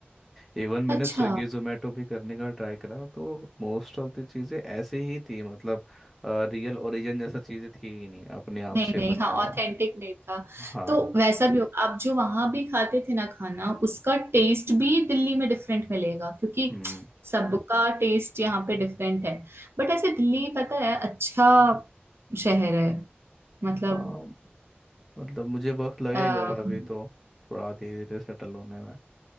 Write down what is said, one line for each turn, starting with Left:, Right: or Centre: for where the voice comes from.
Centre: इवन मैंने
Right: अच्छा
Centre: स्विगी जोमेटो भी करने का ट्राई करा तो मोस्ट ऑफ द चीज़ें ऐसे ही थी मतलब रियल ओरिजिन जैसा चीज़ें थी ही नहीं अपने आप
Right: नहीं
Centre: से
Right: नहीं
Centre: बनाए
Right: हाँ
Centre: हुए
Right: ऑथेंटिक नहीं था
Centre: हाँ
Right: तो वैसा भी होगा आप जो वहां भी खाते थे ना खाना उसका टेस्ट भी दिल्ली में डिफरेंट मिलेगा क्योंकि
Centre: हम्म
Right: सबका टेस्ट यहाँ पे डिफरेंट है बट ऐसे दिल्ली पता है अच्छा शहर है मतलब
Centre: हाँ मतलब मुझे वक्त लगेगा
Right: अ, हम्म
Centre: अभी तो थोड़ा धीरे धीरे सेटल होने में